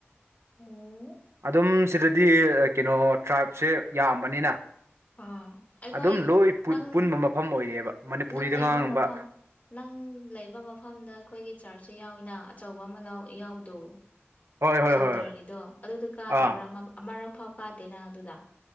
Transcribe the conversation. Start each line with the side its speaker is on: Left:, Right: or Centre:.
Left: ꯑꯣ
Right: ꯑꯗꯨꯝ ꯁꯤꯗꯗꯤ ꯀꯩꯅꯣ ꯇ꯭ꯔꯥꯏꯞꯁꯦ ꯌꯥꯝꯕꯅꯤꯅ
Left: ꯑꯣ ꯑꯩꯈꯣꯏ
Right: ꯑꯗꯨꯝ ꯂꯣꯏ
Left: ꯅꯪ
Right: ꯄꯨꯟꯕ ꯃꯐꯝ ꯑꯣꯏꯔꯦꯕ ꯃꯅꯤꯄꯨꯔꯤꯗ
Left: ꯅꯪ ꯂꯩꯕ
Right: ꯉꯥꯡꯕ
Left: ꯃꯐꯝ ꯅꯪ ꯂꯩꯕ ꯃꯐꯝꯗ ꯑꯩꯈꯣꯏꯒꯤ ꯆꯥꯔꯁꯁꯨ ꯌꯥꯎꯏꯅ ꯑꯆꯧꯕ ꯑꯃ ꯌꯥꯎꯕꯗꯣ
Right: ꯍꯣꯏ ꯍꯣꯏ
Left: ꯁꯦꯟꯇꯔꯒꯤꯗꯣ
Right: ꯍꯣꯏ ꯍꯣꯏ
Left: ꯑꯗꯨꯗꯣ ꯀꯥꯗꯕ꯭ꯔꯥ
Right: ꯑꯥ
Left: ꯑꯃ ꯑꯃꯔꯛ ꯐꯥꯎ ꯀꯥꯗꯦ ꯅꯪ ꯑꯗꯨꯗ